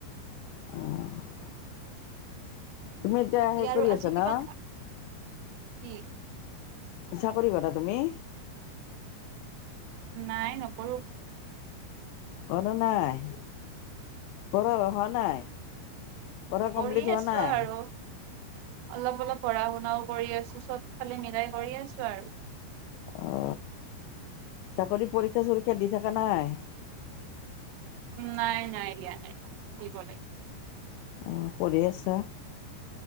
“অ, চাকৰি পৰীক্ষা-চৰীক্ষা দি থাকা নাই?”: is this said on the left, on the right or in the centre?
Left